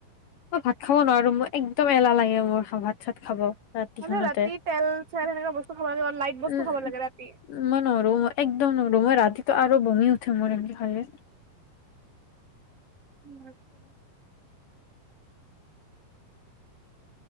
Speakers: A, on the left; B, on the right.
A: মই ভাত খাব নোৱাৰো মোৰ একদম এলাহ লাগে মোৰ ভাত চাত খাব ৰাতিখনতে।
B: মানে ৰাতি তেল চেল সেনেকুৱা বস্তু খাব লাগে লাইট বস্তু
A: উম
B: খাব লাগে ৰাতি।
A: মই নোৱাৰো ম‌ই একদম নোৱাৰো মই ৰাতিটো আৰু বমিও‌ হয়। টো মূৰৰ বিষ হলে
B: উম।